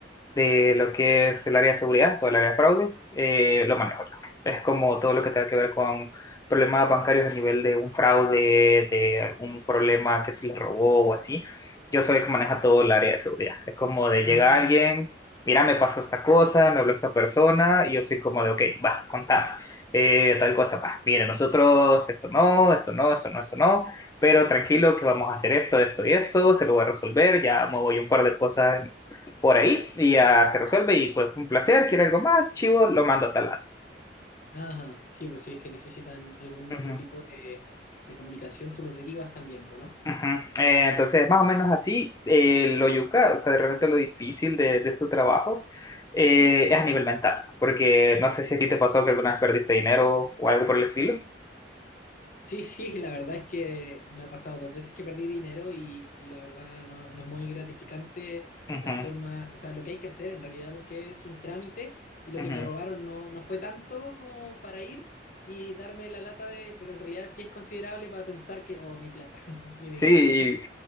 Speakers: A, on the left; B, on the left.
A: de lo que es el área de seguridad, todo el área de fraude, eh, lo manejo yo. Es como todo lo que tenga que ver con problemas bancarios a nivel de un fraude, de algún problema que se le robó o así. Yo soy el que maneja todo el área de seguridad. Es como de
B: Ah,
A: llega alguien, mira, me pasó esta cosa, me habló esta persona, y yo soy como de, ok, va, contame. eh, tal cosa, va, mire, nosotros esto no, esto no, esto no, esto no, pero tranquilo que vamos a hacer esto, esto y esto, se lo voy a resolver, ya muevo yo un par de cosas por ahí y ya se resuelve y pues un placer, quiere algo más, chivo, lo mando a tal lado.
B: ajá, sí, pues si es que necesitan algún
A: Ujú,
B: otro tipo de, de comunicación, tú los derivas también, pues, ¿no?
A: ujú. Eh, entonces, más o menos así, eh, lo yuca, o sea, de repente lo difícil de, de este trabajo eh, es a nivel mental, porque no sé si a ti te pasó que alguna vez perdiste dinero o algo por el estilo.
B: Sí, sí, la verdad es que me ha pasado dos veces que perdí dinero y, y la verdad no, no es muy gratificante
A: Ujú,
B: la forma, o sea, lo que hay que hacer en realidad, porque es un trámite y lo
A: ujú.
B: que me robaron no, no fue tanto como para ir y darme la lata de, pero en realidad sí es considerable para pensar que, oh, mi plata, <laughs> mi dinero.
A: Sí, y